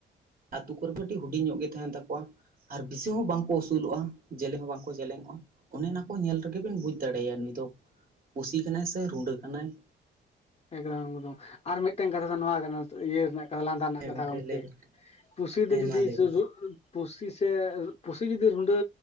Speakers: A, on the right; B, on the left.
A: ᱟᱛᱩ ᱠᱚᱨᱮ ᱫᱚ ᱠᱟᱹᱴᱤᱡ ᱦᱩᱰᱤᱧ ᱧᱚᱜ ᱜᱮ ᱛᱟᱦᱮᱱ ᱛᱟᱠᱚᱣᱟ ᱟᱨ ᱵᱮᱥᱤ ᱦᱚᱸ ᱵᱟᱝ ᱠᱚ ᱩᱥᱩᱞᱚᱜᱼᱟ ᱾ ᱡᱮᱞᱮᱧ ᱦᱚᱸ ᱵᱟᱝᱠᱚ ᱡᱮᱞᱮᱧᱚᱜᱼᱟ ᱚᱱᱮ ᱚᱱᱟ ᱚᱱᱟ ᱠᱚ ᱧᱮᱞ ᱨᱮᱜᱮ ᱵᱮᱱ ᱵᱩᱡᱽ ᱫᱟᱲᱮᱟᱭᱟᱭ ᱱᱩᱭ ᱫᱚ ᱯᱩᱥᱤ ᱠᱟᱱᱟᱭ ᱥᱮ ᱨᱩᱸᱰᱟᱹ ᱠᱟᱱᱟᱭ ᱾
B: ᱮᱠᱫᱚᱢ ᱮᱠᱫᱚᱢ ᱟᱨ ᱢᱤᱫᱴᱟᱝ ᱠᱟᱛᱷᱟ ᱫᱚ ᱱᱚᱣᱟ ᱠᱟᱱᱟ ᱤᱭᱟᱹ ᱨᱮᱱᱟᱜ ᱠᱟᱛᱷᱟ ᱞᱟᱸᱫᱟ ᱨᱮᱱᱟᱜ
A: ᱦᱮᱸ
B: ᱠᱟᱛᱷᱟ ᱜᱚᱝᱠᱮ
A: ᱞᱟᱹᱭ ᱵᱮᱱ
B: ᱠᱩᱥᱤ
A: ᱦᱮᱸ
B: ᱫᱚ ᱡᱩᱫᱤ
A: ᱢᱟ ᱞᱟᱹᱭ ᱵᱮᱱ
B: ᱯᱩᱥᱤ ᱥᱮ ᱯᱩᱥᱤ ᱡᱩᱫᱤ ᱨᱩᱸᱰᱟᱹ